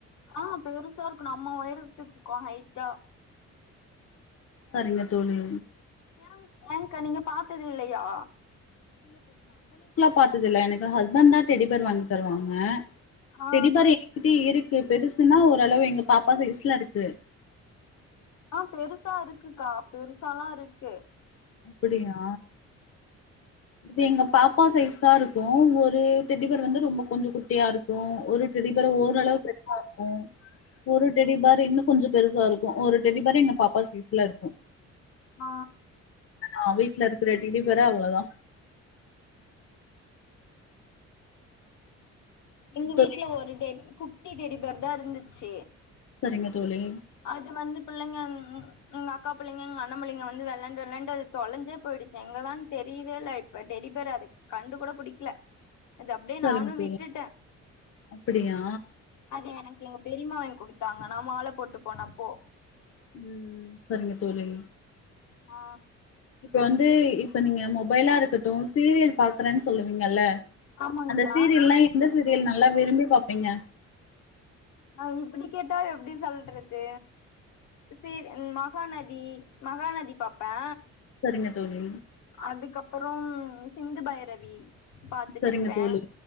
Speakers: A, on the left; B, on the left.
A: ஆ பெருசா இருக்கு நம்ம ஒயரத்துக்கு இக்கு ஹைட்டா
B: சரிங்க தோழி
A: ஏ ஏங்கா நீங்க பார்த்தது இல்லையா
B: பாத்ததுல்ல எனக்கு ஹஸ்பண்ட்தா டெடி ஃபேர் வாங்கி தருவாங்க
A: ஆ
B: டெடி ஃபேர் எங்க கிட்டயே இருக் பெருசுன்னா ஓரளவு எங்க பாப்பா சைஸ்ல இருக்கு
A: ஆ பெருசா இருக்குக்கா பெருசாலா இருக்கு
B: அப்புடியா இது எங்க பாப்பா சைஸ்தா இருக்கும் ஒரு டெடி ஃபேர் வந்து ரொம்ப கொஞ்சோ குட்டியா இருக்கும் ஒரு டெடி ஃபேர் ஓரளவு பிரச்சன ஆகு ஓ ஒரு டெடி ஃபேர் இன்னு கொஞ்சோ பெருசா இருக்கும் ஒரு டெடி ஃபேர் எங்க பாப்பா சைஸ்ல இருக்கும்
A: ஆ
B: ஆ வீட்டு்ல இருக்கிற டெடிஃபேரே அவ்ளோதா
A: எங்க வீட்டுல
B: தோழி
A: ஒரு டெடி குட் ட்டி டேடி ஃபேர்தா இருந்துச்சு
B: சரிங்க தோழி
A: அது வந்து புள்ளங்க எங்க அக்கா புள்ளங்க எங்க அண்ண புள்ளங்க வந்து வெளாண்டு வெளாண்டு அது தொலைஞ்சே போயிடுச்சே எங்கதான்னு தெரியவே இல்ல இப்ப டெடி பேரு அத கண்டு கூட புடிக்கல அது அப்டியே
B: சரிங்க
A: நானு
B: தோழி
A: விட்டுட்டே
B: அப்படியா
A: அது எனக் எங்க பெரியம்மா வாங்கி குடுத்தாங்க நா மால போட்டுட்டு போனப்போ
B: உம் சரிங்க தோழி
A: ஆ
B: இப்ப வந்து இப்ப நீங்க மொபைலா இருக்கட்டு சீரியல் பாக்குறேன்னு சொல்லுவீங்கல்ல
A: ஆமாங்க்கா
B: அந்த சீரியலெல்லா எந்த எந்த சீரியல் நல்லா விரும்பி பாப்பிங்க
A: ஆ இப்புடி கேட்டா எப்புடி சொல்றது செரி மகாநதி மகாநதி பாப்பே
B: செரிங்க தோழி
A: அதுக்கப்பறோம் சிந்து பைரவி பாத்துட்ருப்பே
B: சரிங்க தோழி.